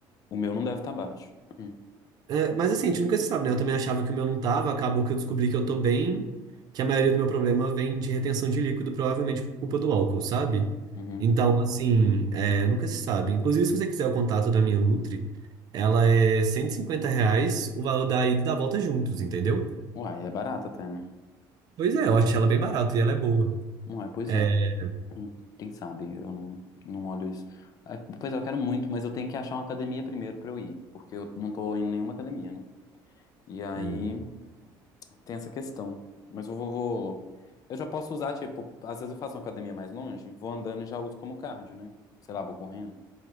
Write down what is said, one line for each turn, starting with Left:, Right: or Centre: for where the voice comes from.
Left: o meu não deve estar baixo. Uhum.
Right: é, mas assim, a gente nunca se sabe, né? Eu também achava que o meu não tava, acabou que eu descobri que eu tô bem, que a maioria do meu problema vem de retenção de líquido, provavelmente por culpa do álcool, sabe?
Left: Uhum.
Right: Então, assim, é, nunca se sabe. Inclusive, se você quiser o contato da minha Nutri, ela é 150 reais o valor da ida e da volta juntos, entendeu?
Left: Uai, é barato até, né?
Right: Pois é, eu achei ela bem barata e ela é boa.
Left: Uai, pois
Right: É,
Left: é. Hum, Quem sabe? Eu não, não olho isso. Ah, Pois é, eu quero muito, mas eu tenho que achar uma academia primeiro pra eu ir, porque eu não tô em nenhuma academia, né? E aí
Right: Uhum.
Left: tem essa questão. Mas eu vou, vou- Eu já posso usar, tipo, às vezes eu faço uma academia mais longe, vou andando e já uso como cardio, né? Sei lá, vou correndo.